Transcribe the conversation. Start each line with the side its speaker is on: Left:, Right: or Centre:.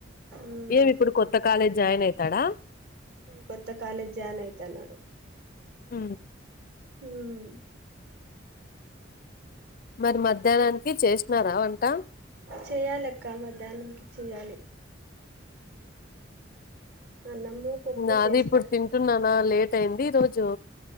Right: ఉమ్
Left: ఏమి ఇప్పుడు కొత్త కాలేజ్ జాయిన్ అయితాడా
Right: కొత్త కాలజ్ జాన్ అయితా నాడు
Left: ఆ
Right: హుమ్
Left: మరి మధ్యాహ్నానికి చేస్తున్నారా వంట
Right: చేయాలక్క మధ్యాహ్నంకి చేయ్యాలి అన్నము పప్పు
Left: నాది
Right: చేస్తా
Left: ఇప్పుడు తిన్ తంటున్నానా లేట్ అయింది ఈ రోజు